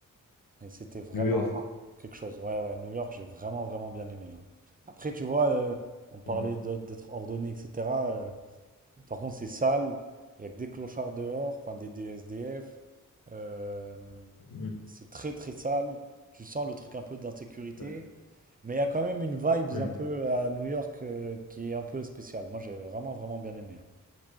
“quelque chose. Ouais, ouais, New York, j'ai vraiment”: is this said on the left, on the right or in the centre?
Right